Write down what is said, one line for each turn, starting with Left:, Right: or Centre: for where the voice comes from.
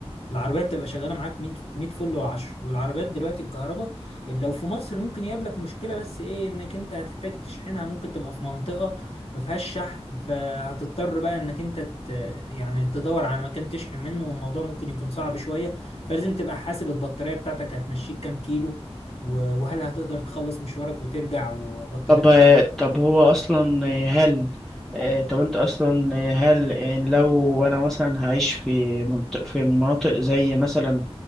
Left: العربية بتبقى شغالة معاك 100 100 فل و10 والعربيات دلوقتي الكهرباء لو في مصر ممكن يقابلك مشكلة بس ايه انك انت هتحتاج تشحنها ممكن تبقى في منطقة ما فيهاش شحن فهتضطر بقى انك انت ت... يعني تدور على مكان تشحن منه والموضوع ممكن يكون صعب شوية فلازم تبقى حاسب البطارية بتاعتك هتمشيك كام كيلو و- وهل هتقدر تخلص مشوارك وترجع وبطاريتك
Centre: طب طب هو اصلا هل آه، طب انت اصلا هل يعني لو انا مثلا هعيش في منطق في مناطق زي مثلا